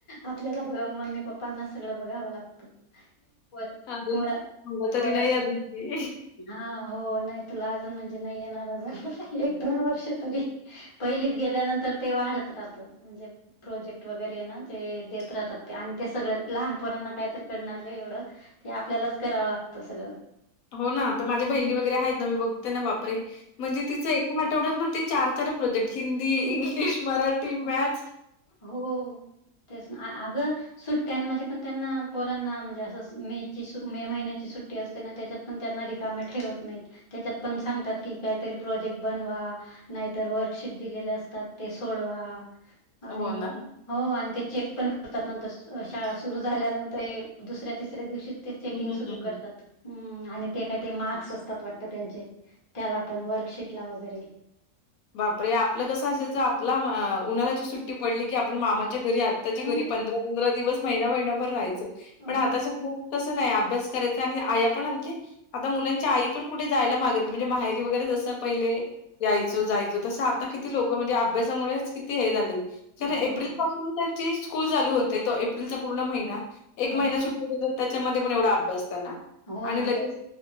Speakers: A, on the left; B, on the left.
A: आपल्याला बघ मम्मी पप्पाना सगळं बघावं लागते. प पोर
B: अजून
A: पोरा
B: मला तरी
A: पोरस,
B: नाही अजून ते.
A: हा हो. नाही. तुला अजून म्हणजे नाही येणारा अजून. एक दोन वर्ष तरी. पहिलीत गेल्यानंतर ते वाढत राहत. म्हणजे प्रोजेक्ट वगैरे ना ते देत राहतात आणि ते सगळ्या लहान पोरांना काय तर करणार गं एवढं? ते आपल्यालाच करावं लागतं सगळं.
B: हो ना, आता माझ्या बहिणी वगैरे आहेत ना मी बघते ना. बापरे! म्हणजे तिचं एकेक आठवड्यात म्हणते चार चार प्रोजेक्ट. हिंदी, इंग्लिश, मराठी, मॅथ्स.
A: हो हो. तेच ना अगं सुट्ट्यांमध्ये पण त्यांना पोरांना म्हणजे असं मे ची मे महिन्याची सुट्टी असते ना त्याच्यात पण त्यांना रिकाम ठेवत नाहीत. त्याच्यात पण सांगतात की काहीतरी प्रोजेक्ट बनवा. नाहीतर वर्कशीट दिलेले असतात, ते सोडवा. आणि
B: हो ना.
A: हो आणि ते चेक पण करतात नंतर. शाळा सुरू झाल्यानंतर दुसऱ्या तिसऱ्या दिवशी. ते चेकिंग
B: हं, हं,
A: सुरू
B: हं.
A: करतात. हं आणि ते काय ते मार्क्स असतात वाटत त्यांचे. त्याला पण वर्कशीटला वगैरे.
B: बापरे! आपलं कसं असायचं आपला मा उन्हाळ्याची सुट्टी पडली की आपण मामाच्या घरी त्याच्या घरी
A: हो
B: पंधरा पंधरा दिवस महिना महिनाभर राहायचं.
A: हो
B: पण आताच्या मु तसं नाही अभ्यास करायचा. आणि आया पण अगदी आता मुलांच्या आई पण कुठे जायला मागत नाही. म्हणजे माहेरी वगैरे जसं पहिले यायच जायचं. तसं आता किती लोक म्हणजे अभ्यामुळेच किती हे झाले. त्यांना
A: हो
B: एप्रिल पासून त्यांची स्कूल चालू होते तो एप्रिलचा पूर्ण महिना. एक
A: हो
B: महिना सुट्टी देत तर त्याच्यामध्ये पण एवढा अभ्यास त्यांना
A: हो
B: आणि
A: ना
B: लगेच
A: तेच